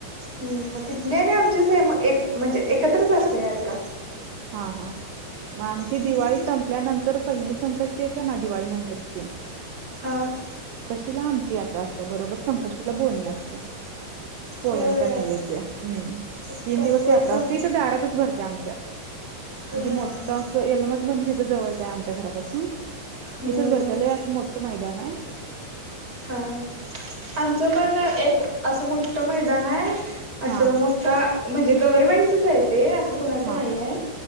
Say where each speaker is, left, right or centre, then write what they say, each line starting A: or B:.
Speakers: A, on the right; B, on the right.
A: हम् मग तिथली आणि आमची सेम एक म्हणजे एकत्रच असते यात्रा
B: हा हा मग आमची
A: हम्म
B: दिवाळी संपल्यानंतर पहिली संकष्टी येते ना दिवाळी नंतरची
A: हं.
B: तिला आमची यात्रा असत्या बरोबर संकष्टीला बोनी असत्या. पोळ्यांचा
A: होय
B: नैवेद्य हम्म
A: ऑक्टोबर
B: तीन दिवस यात्रा
A: नोव्हेंबर
B: असते इ तर दारातच भरते आमच्या म्हणजे
A: होय
B: मोठं असं यलमाच मंदिरथं जवळचं आहे आमच्या घरापासून
A: हम्म
B: इथच बरतेय लय अस मोठ मैदान हाय.
A: हा आमचं पण एक असं मोठ्ठ मैदान आहे. असं
B: हा
A: मोठा म्हणजे गव्हर्नमेंटच आहेत. ते असं कुणाचं
B: हा
A: नाहीये